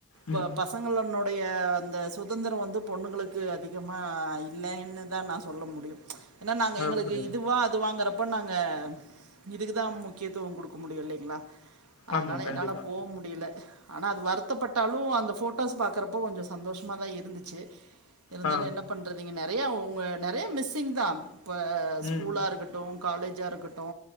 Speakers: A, on the left (about 75°); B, on the right (about 85°).
A: ம்
B: வ பச் பசங்களனுடைய அந்த சுத் சுதந்திரோ வந்து பொண்ணுங்களுக்கு அதிகமா இல்லைன்னுதா நா சொல்ல முடியு எனா நாங்க
A: அப்படி
B: எங்களுக்கு இதுவா அதுவாங்கறப் ப்ப நாங்க இதுகுதா முக்கியத்துவம் குடுக்க முடியு இல்லைங்ளா அதனால
A: ஆமா கண்டிப்பா
B: என்னால போ முட் டியல ஆனா அது வருத்தப்பட்டாலு அந்த போட்டோஸ் பாக்கறப்போ கொஞ்சோ சந்தோஷமாதா இருக் ருந்துச்சு இருந்தாலு
A: ஆ
B: என்னப் பண்றதிங்க நெறைய வுங்க நெறைய மிஸ்ஸிங்தா இப்ப ஸ்கூலா
A: ம்
B: இருக்கட்டு காலேஜா இருக்கட்டு